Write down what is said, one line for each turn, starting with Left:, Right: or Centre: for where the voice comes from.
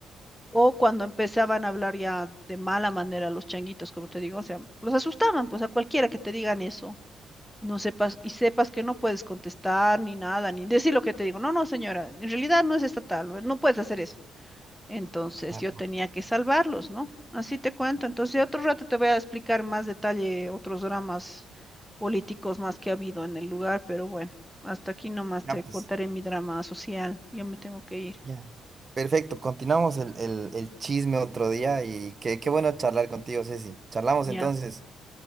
Centre: O cuando empezaban a hablar ya de mala manera los changuitos, como te digo, o sea, los asustaban, pues a cualquiera que te digan eso no sepas, y sepas que no puedes contestar ni nada, ni decir lo que te digo. No, no, señora, en realidad no es estatal, no, no puedes hacer eso. Entonces
Right: Ya,
Centre: yo tenía que salvarlos, ¿no? Así te cuento. Entonces otro rato te voy a explicar más detalle otros dramas políticos más que ha habido en el lugar, pero bueno, hasta aquí nomás
Right: ya,
Centre: te
Right: pues.
Centre: contaré mi drama social. Yo me tengo que ir.
Right: ya. Perfecto, continuamos el, el- el chisme otro día y qué, qué bueno charlar contigo, Ceci. Charlamos
Centre: Ya.
Right: entonces.